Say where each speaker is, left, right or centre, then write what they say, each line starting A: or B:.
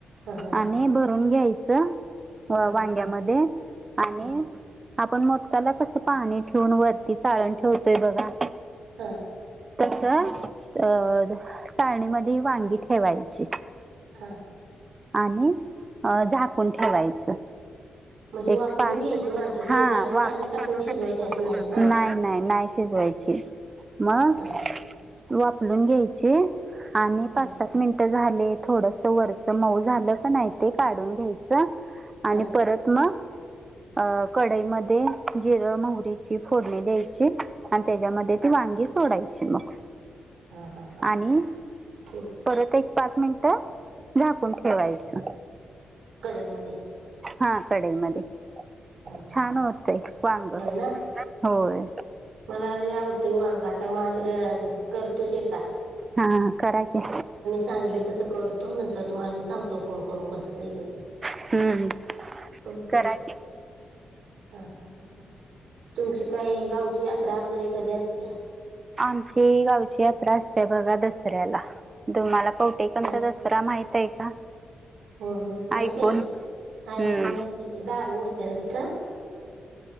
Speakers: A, on the right; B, on the right.
A: हा हा हा
B: आणि
A: हा
B: भरून घ्यायचं वांग्यामध्ये
A: हा
B: आणि
A: हा
B: आपण मोदकाला कसं पाणी ठेवून वरती चाळण ठेवतोय बघा
A: हां.
B: तस अ चााळणीमध्ये वांगी ठेवायची
A: हां.
B: आणि अ झाकून ठेवायचं.
A: म्हणजे
B: एक
A: वापरून
B: पा
A: घ्यायची वांगी
B: हा
A: शि अशी
B: वा
A: पाणी
B: <unintelligible>
A: टाकून
B: नाही,
A: शिजवायची नाहीत नाहीत ना
B: नाही, नाही. शिजवायची, मग?
A: हां हां
B: वापलून घ्यायचे आणि
A: हां
B: पाच, सात मिनटं झाले थोड वरत मऊ झालं का नाही ते काढून घ्यायच आणि
A: हां
B: परत मग अ कढाई मध्ये जिरं, मोहरीची फोडणी द्यायची आणि त्याच्यामध्ये ती वांगी सोडायची मग.
A: हा हा हा हा
B: आणि
A: हो.
B: परत एक पाच मिनट झाकून ठेवायच.
A: कडाई मध्ये.
B: हा कडाई मध्ये
A: हो हो
B: छान
A: हो
B: होतय वांग.
A: हो ना
B: होय.
A: मला लय आवडते वांगा आता माझ्या करतोच एकदा.
B: हा खराकी.
A: चांगले तसं करतो नंतर तुम्हाला मी सांगतो फोन करून कसं केलं आहे ते
B: हम्म, हम्म.
A: हं
B: करा
A: हां हां.
B: की
A: ह ह ह तुमची काय गावची यात्रा वगैरे कधी असत्या?
B: आमची गावची यात्रा असते बघा दसऱ्याला तुम्हाला पाट टेकनचा
A: दस
B: दसरा माहित आहे का?
A: हो हो
B: ऐकून
A: माहिती आहे की. ऐकून
B: हम्म
A: माहित आहे, दारू उडते ना तिथं?